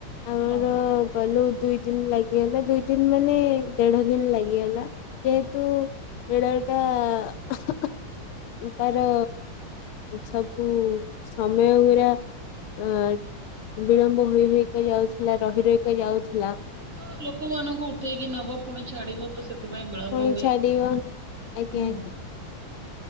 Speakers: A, on the left; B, on the right.
A: ଆମର
B: ହଁ।
A: ଗଲୁ ଦୁଇ ଦିନ ଲାଗିଗଲା ଦୁଇ ଦିନ ମାନେ ଦେଢ ଦିନ ଲାଗିଗଲା। ଯେହେତୁ <unintelligible> ତାର ସବୁ ସମୟ ଗୁଡ଼ା ର। ଅ ବିଳମ୍ବ ହୋଇ ହେଇକି ଯାଉଥିଲା ରହି ରହିକ ଯାଉଥିଲା।
B: ହଁ ଲୋକମାନଙ୍କୁ ଉଠେଇକି ନବ ପୁଣି ଛାଡିବ। ତ ସେଥିପାଇଁ ବିଳମ୍ବ
A: ପୁଣି
B: ହୁଏ
A: ଛାଡିବ
B: ହୁଁ।
A: ଆଜ୍ଞା ଆଜ୍ଞା